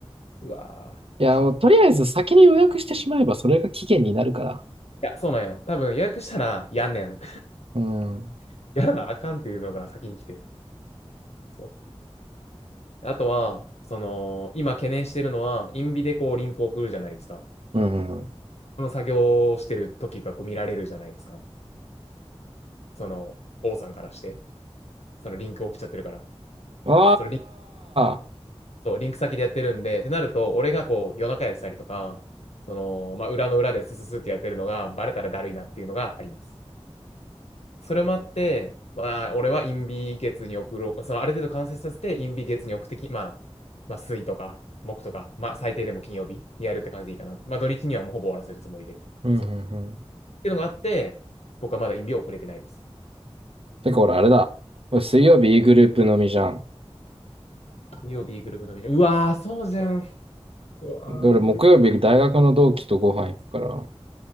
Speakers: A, on the left; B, on the right.
A: うわー明日の金
B: いや、もうとりあえず先に予約してしまえばそれが期限になるから。
A: いや、そうなんよ。多分予約したらやんねん。
B: うん。うん
A: <laughs> やらなあかんっていうのが先に来て。そう。あとは、その、今懸念してるのは、インビでこうリンク送るじゃないですか。
B: うん
A: その作業をしてる時がこう見られるじゃないですか。その、王さんからして、そのリンク送っちゃってるから。
B: うん。
A: そのリン
B: ああ。
A: そうリンク先でやってるんで、ってなると、俺がこう、夜中やってたりとか、その、まあ、裏の裏でスススってやってるのが、バレたらだるいなっていうのがあります。それもあって、まあ、俺はインビ月に送ろう。その、ある程度完成させて、インビ月に送ってき、まあ、まあ、水とか、木とか、まあ、最低でも金曜日にやるって感じでいいかな。まあ、土日にはもうほぼ終わらせるつもりで。
B: うんうんうん。
A: そう。っていうのがあって、僕はまだインビを送れてないです。
B: てか俺あれだ。俺水曜日 E グループのみじゃん。
A: 金曜日グループのミーティングうわー、そうじゃん。うわー、
B: で俺木曜日大学の同期とご飯行くから。